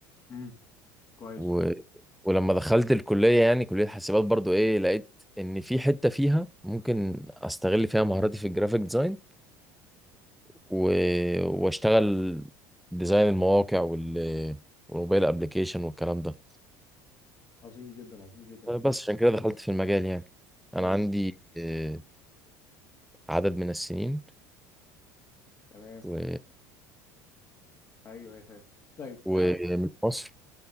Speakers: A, on the left (about 35°); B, in the centre.
A: امم كويس
B: و... ولما دخلت الكلية يعني كلية حاسبات برضو إيه لقيت إن في حتة فيها ممكن أستغل فيها مهاراتي في الجرافيك ديزاين و... وأشتغل ديزاين المواقع وال... والموبايل أبليكيشن والكلام ده
A: عظيم جدا عظيم جدا طيب
B: بس عشان كده دخلت في المجال يعني انا
A: طيب
B: عندي آه، عدد من السنين
A: تمام
B: و...
A: ايوه ايوه فاهم طيب
B: ومن
A: تعرف
B: مصر